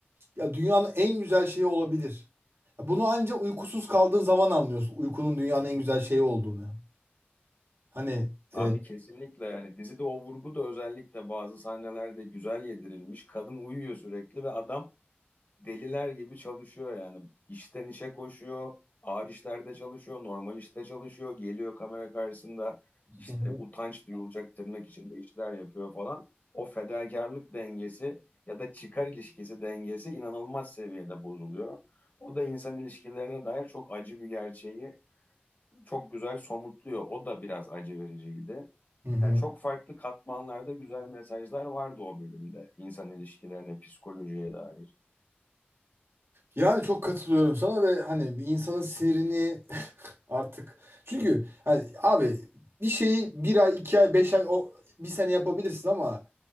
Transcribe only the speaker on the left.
Abi kesinlikle yani dizide o vurgu da özellikle bazı sahnelerde güzel yedirilmiş. Kadın uyuyor sürekli ve adam deliler gibi çalışıyor yani. İşten işe koşuyor, ağır işlerde çalışıyor, normal işte çalışıyor, geliyor kamera karşısında işte
utanç duyulacak tırnak içinde işler yapıyor falan. O fedakarlık dengesi ya da çıkar ilişkisi dengesi inanılmaz seviyede bozuluyor. O da insan ilişkilerine dair çok acı bir gerçeği çok güzel somutluyor. O da biraz acı vericiydi.
Yani çok farklı katmanlarda güzel mesajlar vardı o bölümde. İnsan ilişkilerine, psikolojiye dair.